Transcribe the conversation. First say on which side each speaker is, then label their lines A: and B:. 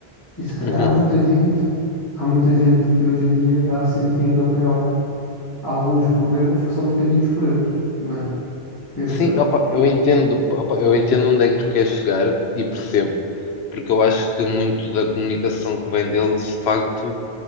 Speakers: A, on the left; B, on the left.
A: E se calhar
B: Uhum.
A: há muita gente, há muita gente que hoje em dia está a sentir na pele alguns problemas que são defendidos por eles, não é? Penso
B: Sim,
A: eu.
B: opa, eu entendo, opa, eu entendo onde é que tu queres chegar e percebo, porque eu acho que muito da comunicação que vem deles, de facto,